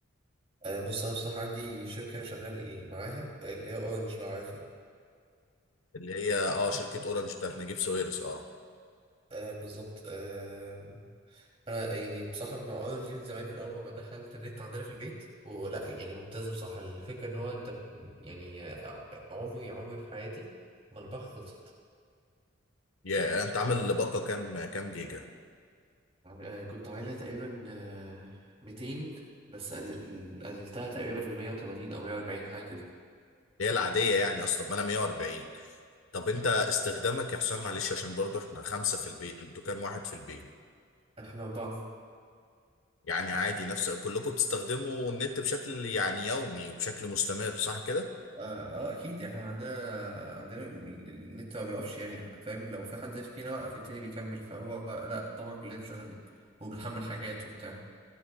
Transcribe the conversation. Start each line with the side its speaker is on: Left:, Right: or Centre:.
Right: آه بص انا بصراحه عندي شركه شغال معاها اللي هي اورنج لو عارفها
Left: اللي هي أه شركة أورنج بتاعت نجيب ساويرس أه
Right: آه بالظبط آه انا يعني بصراحه مع اورنج دي من زمان من اول ما دخلت النت عندنا في البيت ولا يعني ممتازه بصراحه الفكره ان هو انت ب- يعني آه، عمري عمري في حياتي ما الباقه خلصت
Left: يا أنت عامل باقة كام كام جيجا؟
Right: آه، كنت عاملها تقريبا آه، 200 بس قلل- قللتها تقريبا ل 180 او 140 حاجه كده
Left: هي العادية يعني أصلا ما أنا 140 طب أنت استخدامك يا حسام معلش عشان برضو إحنا خمسة في البيت أنتوا كام واحد في البيت
Right: احنا اربعه
Left: يعني عادي نفس كلكم بتستخدموا النت بشكل يعني يومي وبشكل مستمر صح كده؟
Right: اه آه، اكيد يعني احنا عندنا عندنا ال- ال- النت ما بيقفش يعني فاهم لو في حد فينا وقف التاني بيكمل فهو لا طبعا كلنا شغالين وبنحمل حاجات وبتاع